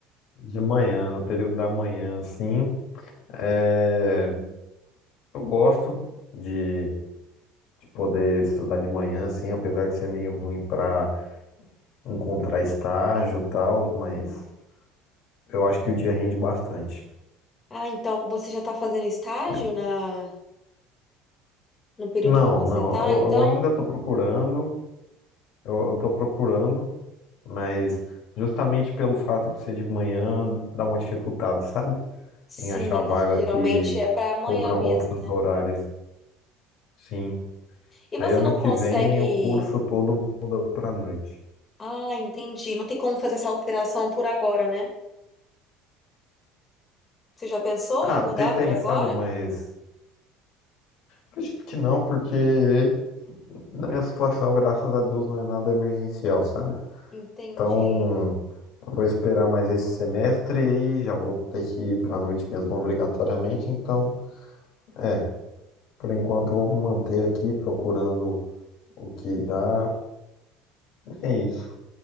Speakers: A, on the left (about 60°); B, on the left (about 25°).
A: de manhã, no período da manhã, assim, é, eu gosto de, de poder estudar de manhã, assim, apesar de ser meio ruim pra encontrar estágio e tal, mas eu acho que o dia rende bastante.
B: Ah, então, você já está fazendo estágio
A: E-
B: na, no período
A: Não,
B: que você
A: não,
B: está,
A: eu,
B: então?
A: eu ainda tô procurando, eu, eu tô procurando, Mas justamente pelo fato de ser de manhã, dá uma dificultada, sabe?
B: Sim,
A: Em achar
B: é
A: vaga
B: que geralmente
A: que
B: é para amanhã
A: cobram
B: mesmo,
A: outros
B: né?
A: horários. Sim.
B: E
A: Aí
B: você
A: ano
B: não
A: que
B: consegue.
A: vem o curso todo muda pra noite.
B: Ah, entendi. Não tem como fazer essa alteração por agora, né? Você já pensou
A: Ah,
B: em
A: até
B: mudar
A: tem,
B: por agora?
A: sabe? Mas acredito que não, porque na minha situação, graças a Deus, não é nada emergencial, sabe?
B: Entendi.
A: Então, eu vou esperar mais esse semestre e já vou ter que ir pra noite mesmo obrigatoriamente. Então, é, por enquanto eu vou me manter aqui procurando O que dá é isso.